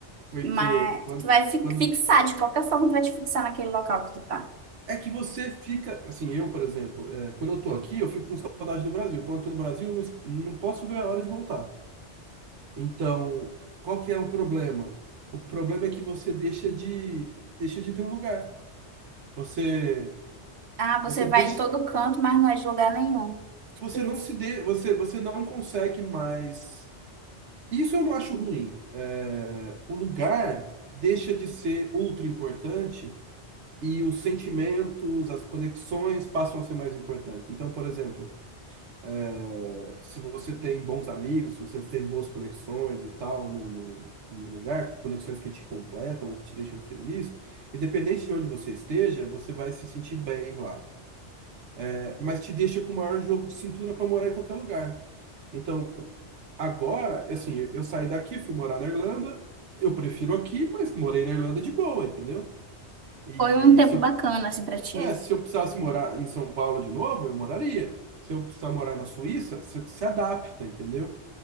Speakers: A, on the right; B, on the right.
A: Porque
B: Mas
A: quando,
B: tu vai fi-
A: quando
B: fixar, de qualquer forma, tu vai te fixar naquele local que tu tá.
A: É que você fica, assim, eu, por exemplo, é, quando eu tô aqui, eu fico com saudade do Brasil. Quando eu tô no Brasil, eu não, es- não posso ver a hora de voltar. Então, qual que é o problema? O problema é que você deixa de, deixa de ter um lugar. Você,
B: Ah, você
A: você deixa,
B: vai em todo canto, mas não é de lugar nenhum.
A: você
B: Isso.
A: não se dê, você, você não consegue mais. Isso eu não acho ruim. É, o lugar deixa de ser ultra importante e os sentimentos, as conexões passam a ser mais importantes. Então, por exemplo, É, se você tem bons amigos, se você tem boas conexões e tal no, no, no lugar, conexões que te completam ou que te deixam feliz, independente de onde você esteja, você vai se sentir bem lá. É, mas te deixa com o maior jogo de cintura para morar em qualquer lugar. Então, agora, assim, eu eu saí daqui, fui morar na Irlanda, eu prefiro aqui, mas morei na Irlanda de boa, entendeu? E
B: Foi um tempo
A: se eu,
B: bacana, assim, pra ti.
A: é, se eu precisasse morar em São Paulo de novo, eu moraria. Se eu precisar morar na Suíça, você se adapta, entendeu?